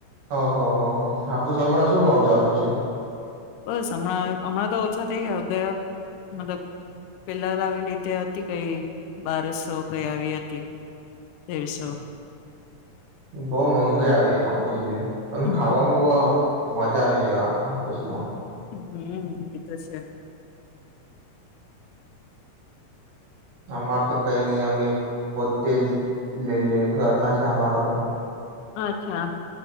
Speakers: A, on the right (about 60°); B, on the left (about 85°).
A: ઓહ હો હો આપુસ હમણાં શું ભાવ ચાલતું છે?
B: બસ હમણાં હમણાં તો ઓછા થઈ ગયા ગયા, મતલબ પેલા આવી રીતે હતી કઈ બારસો, કઈ આવી હતી. તેરસો.
A: બહ મોંગી આવે આપુંસ બી. અને
B: હમ
A: ખાવામાં બો મજા આવી જાય હાપુસ નો.
B: હમ એતો છે.
A: અમાર તો કઈ નઈ અમે પોતે લઈ લે. ઘરના છે અમારા તો.
B: અચ્છા,